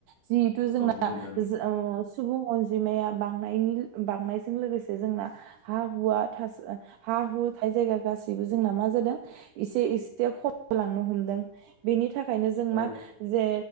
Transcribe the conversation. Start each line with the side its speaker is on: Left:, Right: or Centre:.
Right: जिहेतु जोंना
Left: औ नुदों
Right: ओम सुबुं अनजिमाया बांनायनि बांनायजों लोगोसे जोंना हा हुवा थास हा हु थाइजायगा गासैबो जोंना मा जादों इसे इसे खममाय लांनो हमदों बिनि थाखायनो जों
Left: औ
Right: मा जे